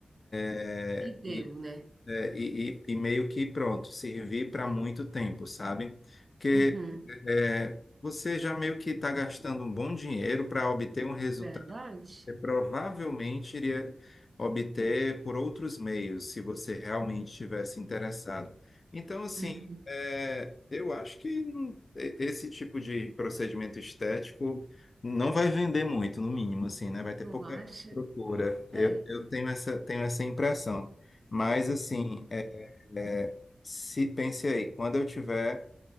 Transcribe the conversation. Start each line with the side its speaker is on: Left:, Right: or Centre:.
Left: é,
Right: E deu,
Left: e,
Right: né?
Left: é, e, e- e meio que pronto, servir para muito tempo, sabe? Porque
Right: Uhum.
Left: é, você já meio que está gastando um bom dinheiro para obter um resultado
Right: Verdade?
Left: você provavelmente iria obter por outros meios, se você realmente estivesse interessado. Então, assim,
Right: Uhum.
Left: é, eu acho que não- e- esse tipo de procedimento estético não vai vender muito, no mínimo, assim, né? Vai ter
Right: Tu
Left: pouca
Right: acha?
Left: procura. Eu,
Right: É.
Left: eu tenho essa, tenho essa impressão. Mas, assim, é, é, se pense aí, quando eu tiver